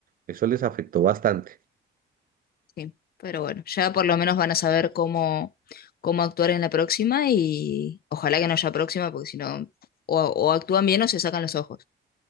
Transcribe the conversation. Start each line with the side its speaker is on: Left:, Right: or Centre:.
Right: eso les afectó bastante.
Left: sí. Pero bueno, ya por lo menos van a saber cómo, cómo actuar en la próxima y ojalá que no haya próxima, porque si no, o, o actúan bien o se sacan los ojos.